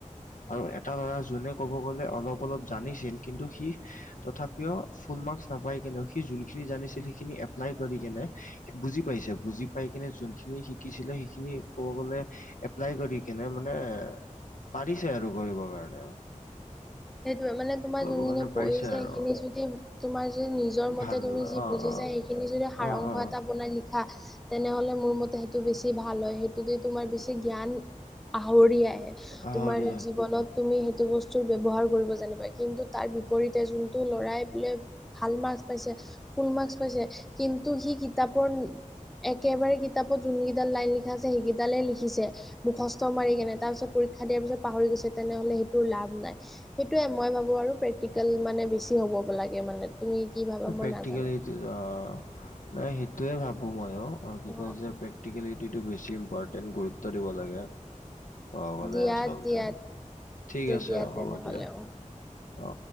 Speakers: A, on the left; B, in the centre.
A: আৰু এটা ল'ৰা যোনে ক'ব গ'লে অলপ অলপ জানিছিল কিন্তু সি তথাপিও ফুল মাৰ্কচ নাপাই কিন্তু সি যোনখিনি জানিছিল সেইখিনি এপ্লাই কৰি কেনে বুজি পাইছে বুজি পাই কিনে যোনখিনি শিকিছিলে খিনি ক'ব গলে এপ্লাই কৰি কেনে মানে পাৰিছে আৰু কৰিবৰ কাৰণে
B: সেইটোৱে মানে তোমাৰ
A: কৰিবৰ
B: যোনখিনি
A: কাৰণে
B: পঢ়িছে
A: পাৰিছে আৰু
B: সেইখিনি যদি তোমাৰ যদি নিজৰ মতে
A: ভাল
B: তুমি যি
A: অ
B: বুজি
A: অ
B: যাই সেই খিনি যদি সাৰ
A: অ
B: অংশ
A: অ
B: এটা বনাই লিখা তেনেহলে মোৰ মতে সেইটো বেছি ভাল হয় সেই যদি তোমাৰ বেছি জ্ঞান আহৰি আহে
A: আহৰি
B: তোমাৰ জীৱন ত তুমি সেইটো বস্তুৰ ব্যৱহাৰ কৰিব জানিবা কিন্তু তাৰ বিপৰীতে যোনটো লৰাই বোলে ভাল মাৰ্ক পাইছে ফুল মাৰ্ক পাইছে কিন্তু সি কিতাপৰ একেবাৰে কিতাপত যোনকেইদাল লাইন লিখা আছে সেইকেইডালেই লিখিছে মুখস্থ মাৰি কেনে তাৰ পিছত পৰীক্ষা দিয়াৰ পিছত পাহৰি গৈছে তেনেহলে সেইটোৰ লাভ নাই সেইটোয়ে মই ভাবো আৰু প্ৰেক্টিকেল মানে বেছি হ'ব লাগে মানে তুমি কি ভাবা মই
A: প্ৰেক্টিকেল
B: নাজানো
A: এইটোৱে আও নাই সেইটোৱে ভাবো মইয়ো কি
B: অ
A: কয় যে প্ৰেক প্ৰেক্টিকেলিটিটো বেছি ইম্পৰ্টেন্ট গুৰুত্ব দিব লাগে অ গলে
B: দিয়া
A: আচলতে
B: দিয়া
A: ঠিক আছে
B: দিয়া
A: হ'ব
B: তেনেহ'লে
A: দিয়া
B: অ
A: অ